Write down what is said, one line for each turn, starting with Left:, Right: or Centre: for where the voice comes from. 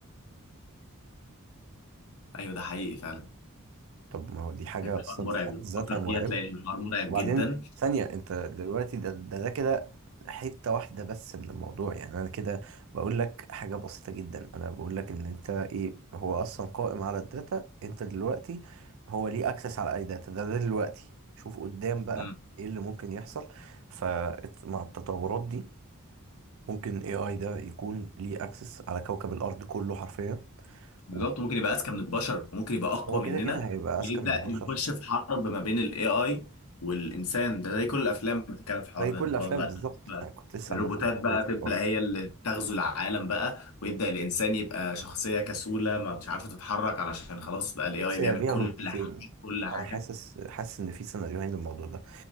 Left: أيوه ده حقيقي فعلا
Right: طب ما هو دي حاجة
Left: الحوار
Right: اصلا
Left: مرعب
Right: في حد
Left: لو
Right: ذاتها
Left: تفكر
Right: مرعبة
Left: فيها تلاقي الحوار مرعب
Right: وبعدين
Left: جدا
Right: ثانية انت دلوقتي ده ده, ده كده حتة واحدة بس من الموضوع يعني انا كده بقول لك حاجة بسيطة جدا انا بقول لك ان انت ايه هو اصلا قائم على الداتا انت دلوقتي هو ليه اكسس على اي داتا ده, ده دلوقتي شوف قدام بقى
Left: مم.
Right: ايه اللي ممكن يحصل فمع التطورات دي ممكن اي اي ده يكون ليه اكسس على كوكب الارض كله حرفيا
Left: بالظبط
Right: وهو
Left: ممكن يبقى اذكى من البشر وممكن يبقى اقوى
Right: كده
Left: مننا
Right: كده هيبقى اذكى
Left: ويبدا
Right: من البشر
Left: يخش في حرب ما بين الاي اي والانسان ده زي كل الافلام بتتكلم في الحوار
Right: زي كل
Left: ده ان
Right: الافلام
Left: خلاص بقى
Right: بالظبط
Left: بقى
Right: انا كنت لسه
Left: الروبوتات
Right: عامة بتكلم
Left: بقى
Right: في
Left: تبدا
Right: الحوار ده
Left: هي اللي تغزو العالم بقى ويبدا الانسان يبقى شخصيه كسوله ما مش عارفه تتحرك علشان خلاص بقى الاي
Right: بص
Left: اي
Right: هي
Left: بيعمل
Right: ليها
Left: كل
Right: نقطتين
Left: حاجه كل حاجه
Right: انا حاسس حاسس ان في سيناريوهين للموضوع ده